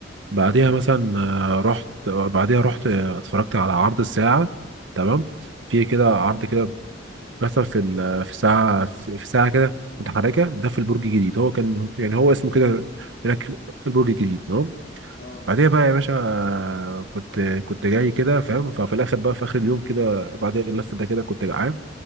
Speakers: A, on the right; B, on the left.
A: بعديها
B: تمام
A: مثلا آه، رحت آه، بعديها رحت آه، اتفرجت على عرض الساعه تمام في
B: تمام
A: كده عرض كده بيحصل في ال- في ساعة في في ساعة كده متحركة ده في البرج الجديد هو كان يعني هو اسمه كده هناك البرج الجديد تمام
B: اه
A: بعديها بقى يا باشا كنت كنت جاي كده فاهم ففي الاخر بقى في اخر اليوم كده بعد اللف ده كده كنت جعان